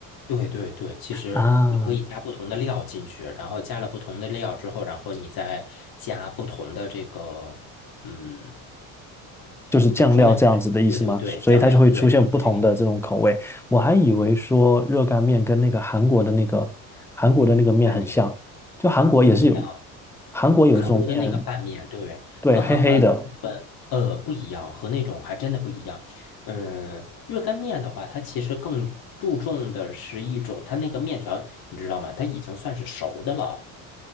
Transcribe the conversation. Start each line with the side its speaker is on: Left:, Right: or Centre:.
Left: 对对对，其实你可以加不同的料进去，
Centre: 啊，
Left: 然后加了不同的料之后，然后你再加不同的这个，嗯，
Centre: 就是酱料这样子的意思吗？
Left: 怎么说呢？就是对对对，
Centre: 所以它就会出现不同的这种口味。
Left: 酱料，对，就是这个意思。
Centre: 我还以为说热干面跟那个韩国的那个韩国的那个面很像，
Left: 拌面
Centre: 就韩国也是有，
Left: 不一样。
Centre: 韩国有一种面，
Left: 韩国的那个拌面，对，
Centre: 对，
Left: 和韩国的呃呃不一样，
Centre: 黑黑的。
Left: 和那种还真的不一样。嗯，热干面的话，它其实更注重的是一种，它那个面条，你知道吗？它已经算是熟的了。